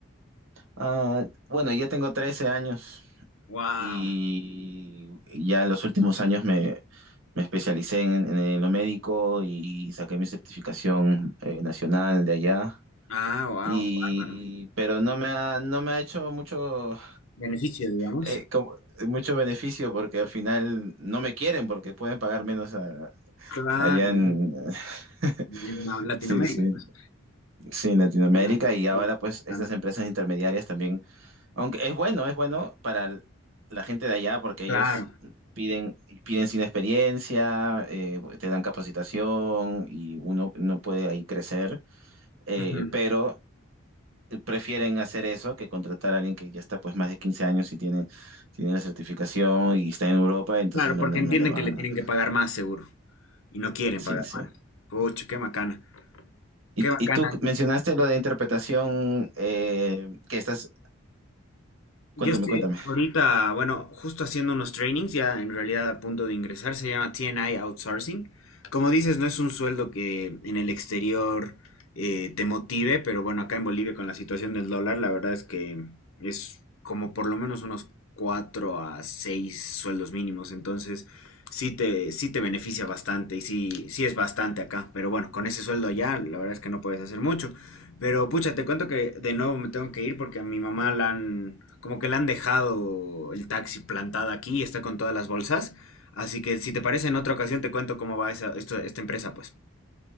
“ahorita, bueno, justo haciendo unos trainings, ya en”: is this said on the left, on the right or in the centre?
Left